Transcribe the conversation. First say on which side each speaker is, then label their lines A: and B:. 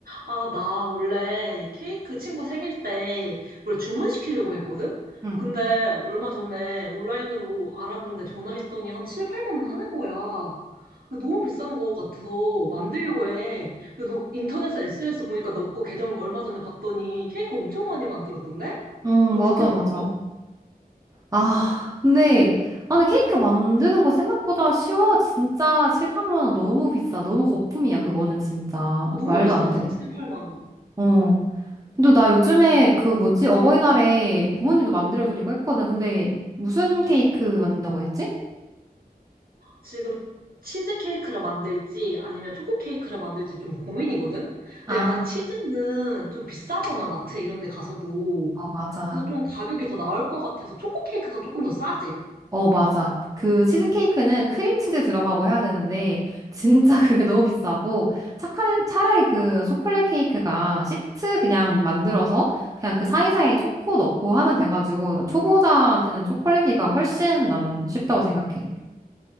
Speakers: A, on the right; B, on the right.
A: 아, 나 원래 케이크 친구 생일 때 원래 주문시키려고 했거든?
B: 응,
A: 근데 얼마 전에 온라인으로 알아본데 전화했더니 한 7, 8만 원 하는 거야. 근데 너무 비싼 거 같아서 만들려고 해. 근데 너 인터넷에 SNS 보니까 너 거 계정 얼마 전에 봤더니 케이크 엄청 많이 만들었던데?
B: 응,
A: 어떻게
B: 맞아,
A: 만들어?
B: 맞아. 아, 근데, 아, 근데 케이크 만드는 거 생각보다 쉬워. 진짜 7, 8만 원 너무 비싸. 너무 거품이야, 그거는 진짜.
A: 너무
B: 말도
A: 비싸지,
B: 안 돼.
A: 7, 8만 원.
B: 어. 근데 나 요즘에 그 뭐지? 어버이날에 부모님도 만들어드리고 했거든. 근데 무슨 케이크 만든다고 했지?
A: 지금 치즈 케이크를 만들지 아니면 초코 케이크를 만들지 좀 고민이거든?
B: 아,
A: 근데 약간 치즈는 좀 비싸잖아, 마트 이런 데 가서도.
B: 어, 맞아.
A: 그래서 좀 가격이 더 나을 것 같아서 초코 케이크가 조금 더 싸지.
B: 어, 맞아. 그 치즈케이크는 크림치즈 들어가고 해야 되는데, <laughs> 진짜 그게 너무 비싸고, 차칼, 차라리 그 초콜릿 케이크가 시트 그냥 만들어서, 그냥 그 사이사이에 초코 넣고 하면 돼가지고, 나 초보자한테는 초콜릿 케이크가 훨씬 나는 쉽다고 생각해.